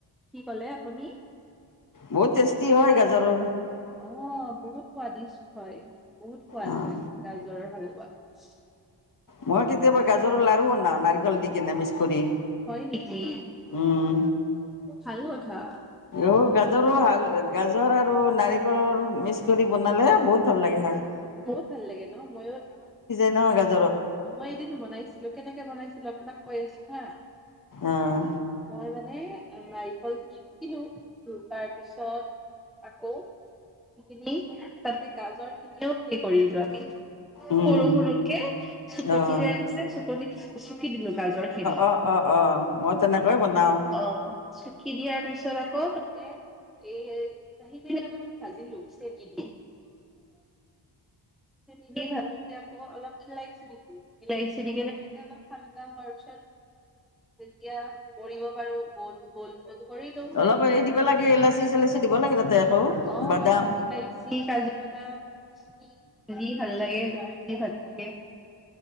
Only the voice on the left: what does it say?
বহুত টষ্টি হয়। গাজ জৰৰ।
অঁ
মই কেতিয়াবা গাজৰৰ লাৰু বনাওঁ। নাৰিকল দি কিনে মিক্স কৰি।
উম,
ঔ গাজৰৰ হাল গাজৰ আৰু নাৰি <unintelligible> মিক্স কৰি বনালে বহুত ভাল লাগে খায়।
<unintelligible>
অঁ
উম
অঁ
অঁ অঁ অঁ অঁ মই তেনেকৈ বনাওঁ
অলপ এই দিব লাগে ইলাচি- চিলাচি দিব লাগে তাতে। আকৌ
বাদাম